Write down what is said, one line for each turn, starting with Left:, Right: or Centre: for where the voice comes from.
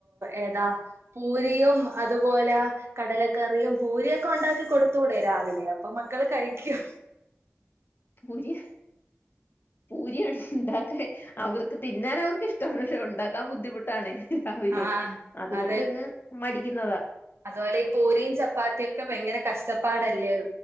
Right: ഏതാ. പൂരിയും അതുപോലെ. കടലക്കറിയും പൂരിയൊക്കെ ഉണ്ടാക്കി കൊടുത്തൂടെ രാവിലെ. അപ്പൊ മക്കള് കഴിക്യും.
Left: പൂരിയ പൂരിയാണ്. ണ്ടാക്ക അവർക്ക് തിന്നാൻ അവർക്ക് ഇഷ്ടമാണ്. ക്ഷെ ഉണ്ടാക്കാൻ ബുദ്ധിമു ട്ടാണ്. രാവിലെ
Right: ആഹ്
Left: അതുകൊണ്ട്
Right: അതെ
Left: ഇങ്ങ് മടിക്കുന്നതാ.
Right: അതുപോലെ ഈ പൂരിയും ചപ്പാത്തി ഒക്കെ ഭയങ്കര കഷ്ടപ്പാടല്ലേ.